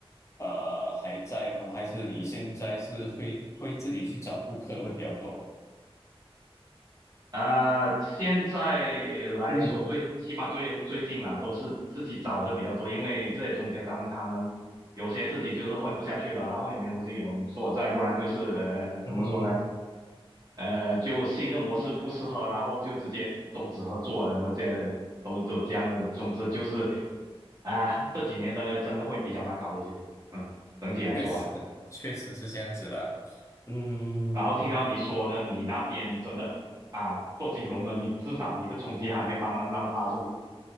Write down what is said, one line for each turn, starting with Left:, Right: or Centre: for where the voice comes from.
Left: 呃还在吗？还是你现在是会会自己去找顾客会比较多？
Right: 啊、现在来说最起码最最近啦，
Left: 嗯
Right: 都是自己找的比较多，因为这些中间商他们有些自己就是混不下去了，然后也没有东西给我们做，再不然就是呃怎么说呢？
Left: 嗯
Right: 呃，就新的模式不适合，然后就直接终止合作了，那么这样的都都这样的，总之就是啊、这几年的真的会比较难搞一些。嗯，
Left: <laughs>
Right: 整体来说啦。
Left: 确实确实是这样子啦，嗯。
Right: 然后听到你说的，你那边真的啊，做金融的，你至少你的冲击还没有他们那么大。时候，